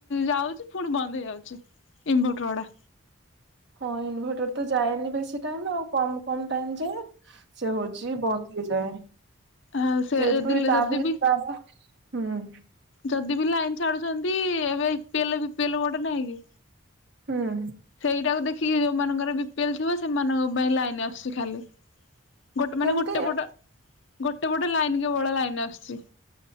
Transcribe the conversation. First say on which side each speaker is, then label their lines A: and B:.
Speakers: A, on the left (about 60°); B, on the right (about 55°).
A: ଯାଉଛି ପୁଣି ବନ୍ଦ ହେଇଯାଉଛି ଇନଭଟରଗୁଡା।
B: ହଁ ଇନଭଟର ତ ଯାଏନି ବେଶୀ ଟାଇମ ଆଉ। କମ କମ ଟାଇମ ଯେ ସେ ହଉଛି ବନ୍ଦ ହେଇଯାଏ।
A: ଆଉ ସେ
B: ସେପ
A: ଯଦି
B: ତାପ
A: ଯଦି
B: ରେ
A: ବି
B: ହୁଁ
A: ଯଦି ବି ଲାଇନ ଛାଡୁଛନ୍ତି ଏବେଲଲ ଗୋଟେ ନାହିଁ କି?
B: ହୁଁ
A: ସେଇଟାକୁ ଦେଖି କି ଯୋଉମାନାନଙ୍କର ବି ପିଏଲ ଥିବ ସେମାନଙ୍କ ପାଇଁ ଲାଇନ ଆସୁଛି ଖାଲି। ଗୋଟେ
B: କେମିତି
A: ମାନେ ଗୋଟେ ପଟ ଗୋଟେ ଗୋଟେ ଲାଇନ କି ବଡ ଲାଇନରେ ଆସୁଛି।